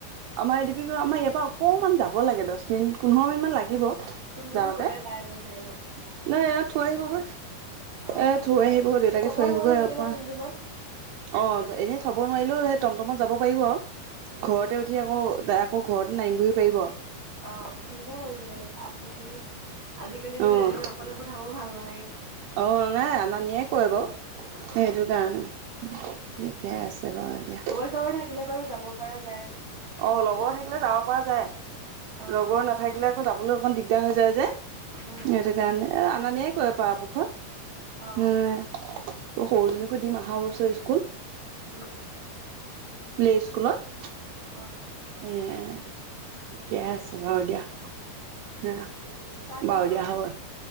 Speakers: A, on the right; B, on the right.
A: আমাৰ এ ডি পিৰ পৰা আমাৰ ইয়াৰ পৰা অকণমান যাব লাগে, দ'হ মিনিট, পোন্ধৰ মিনিট মান লাগিব-
B: তুমডুমত
A: যাওঁতে।
B: গ'লে পাই যায়
A: নহয়
B: চাগে ন
A: এইয়াক থৈ আহিবগৈ। এ'
B: অঁ
A: থৈ আহিবগৈ দেউতাকে
B: থ'ব
A: থৈ
B: নগ'লে
A: আহিবগৈ
B: কেতিয়াবা
A: তাৰপা।
B: তুমডুমত
A: অঁ', এনেই থব নোৱাৰিলেও সেই টমটমতে যাব পাৰিব আৰু,
B: উম
A: ঘৰতে
B: উম
A: উঠি আকৌ- আকৌ ঘৰত নামিবহি পাৰিব আও।
B: অঁ', সেনেকুৱা কৰি দিব লাগে আজিকালি, আজিকালি মানে
A: অ
B: এনেকে অকলে কথা কবও ভাল নালাগে।
A: অ', -নাই, আনা-নিয়ে ৰে বাৰু
B: উম
A: সেইটো কাৰণে। ঠিকে আছে বাৰু দিয়া।
B: তই থাকিলে বাৰু যাব পৰা যায়। এনেকৈ
A: অঁ', -লগৰ থাকিলে যাব পৰা যায়,
B: অ
A: লগৰ নাথাকিলে আকৌ যাবলৈ অকণ দিগদাৰ হৈ যায় যে।
B: উম।
A: সেইকাৰণে, আনা-নিয়াই কৰে বাৰু বহুত।
B: অ
A: উমঁ। সৰুজনীকো দিম অহা বছৰ স্কুল,
B: উম উম
A: প্লে স্কুলত।
B: অ,
A: এই, ঠিকে আছে বাৰু দিয়া।
B: উম
A: উহ,
B: চাহ কিহৰ
A: বাৰু
B: লগত
A: দিয়া হ'ব,